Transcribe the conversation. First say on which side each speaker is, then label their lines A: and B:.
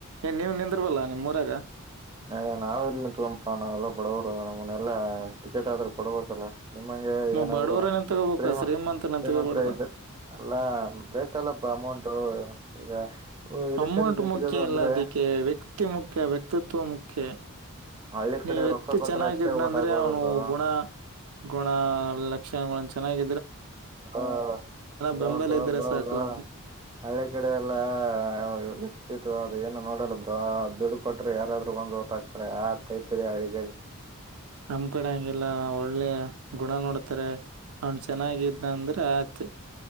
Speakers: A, on the right; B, on the right.
A: ಏ ನೀವ್ ನಿಂದ್ರಲ್ಲ ಹೊರಗ
B: ಅಯ ನಾವೆಲ್ಲಿ ನಿತ್ಕೊಲೋನ್ ಪಾ ನಾವೆಲ್ಲ ಬಡವರು ನಮನೆಲ್ಲಾ ಟಿಕೆಟ್ ಆದ್ರೂ ಕೊಡ್ಬೇಕಲ್ಲ ನಿಮ್ಮಂಗೆ
A: ನೀವು
B: ಏನಾದ್ರು
A: ಬಡವ್ರ ನಿಂತ್ಕೋಬೇಕು
B: ಕ್ರೀಮ
A: ಶ್ರೀಮಂತ ನಿಂತ್ಕೋಬಾರ್ದು
B: ನಿಮ್ಮ ಹತ್ರ ಇದ್ದ ಅಲ್ಲಾ ಬೇಕಲ್ಲಪ್ಪ ಅಮೌಂಟು ಈಗ ಎಲೆಕ್ಷನ್
A: ಅಮೌಂಟ್
B: ನಿಂತ್ಕದ
A: ಮುಖ್ಯ
B: ಅಂದ್ರೆ
A: ಎಲ್ಲ ಅದಿಕ್ಕೆ ವ್ಯಕ್ತಿ ಮುಖ್ಯ ವ್ಯಕ್ತಿತ್ವ ಮುಖ್ಯ
B: ಹಳ್ಳಿ
A: ನೀ
B: ಕಡೆ
A: ವ್ಯಕ್ತಿ
B: ರೊಕ್ಕ ಕೊಟ್ರೆ
A: ಚೆನ್ನಾಗಿದ್ನಂದ್ರೆ
B: ಅಷ್ಟೇ ಓಟ್ ಹಾಕೋದು
A: ಅವನು
B: ಬ್ರೋ
A: ಗುಣ ಗುಣ ಲಕ್ಷಣಗಳ ಚೆನ್ನಾಗ
B: ಹಾ ರಾಮ್
A: ಬೆಂಬಲ
B: ರಾಮ
A: ಇದ್ರೆ
B: ರಾಮ
A: ಸಾಕು
B: ರಾಮ
A: ಅವನ್ಗೆ
B: ಹಳ್ಳಿ ಕಡೆ ಎಲ್ಲ ವ್ಯಕ್ತಿತ್ವ ಏನ ನೋಡಲ್ಲ ಬ್ರೋ ದುಡ್ಡು ಕೊಟ್ರೆ ಯಾರಾದ್ರು ಒಂದು ವೋಟ್ ಹಾಕ್ತಾರೆ ಆ ಟೈಪ್ ಇದೆ ಹಳ್ಳಿಗಳ <unintelligible>
A: ನಮ್ಮ್ ಕಡೆ ಹಂಗೆಲ್ಲ ಒಳ್ಳೆ ಗುಣ ನೋಡ್ತಾರೆ ಅವ್ನ್ ಚೆನ್ನಾಗಿದ್ನ ಅಂದ್ರೆ ಆಯ್ತು.